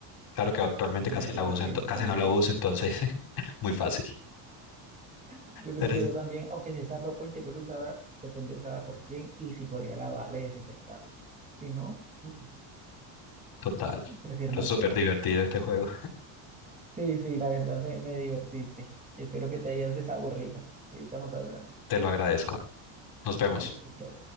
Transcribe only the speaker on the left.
Claro que actualmente
casi
la uso,
ento-
casi
no la uso, entonces <laughs> muy fácil.
Pero
es
total,
pero
es
súper divertido este juego.
Te lo agradezco. Nos vemos.